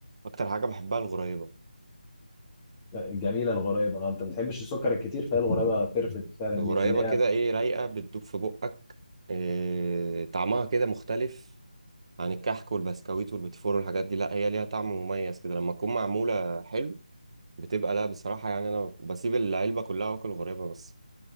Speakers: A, on the right; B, on the left.
A: اكتر حاجه بحبها الغريبه
B: آه، الجميله الغريبه آه، انت ما بتحبش السكر الكتير فهي الغريبه بيرفكت فعلا
A: الغريبه
B: ليك اللي هي
A: كده ايه رايقه بتدوب في بقك إيه طعمها كده مختلف عن الكحك والبسكويت والبيتفور والحاجات دي لا هي ليها طعم مميز كده لما تكون معمولة حلو بتبقى لا بصراحة يعني أنا بسيب العلبة كلها وآكل غريبة بس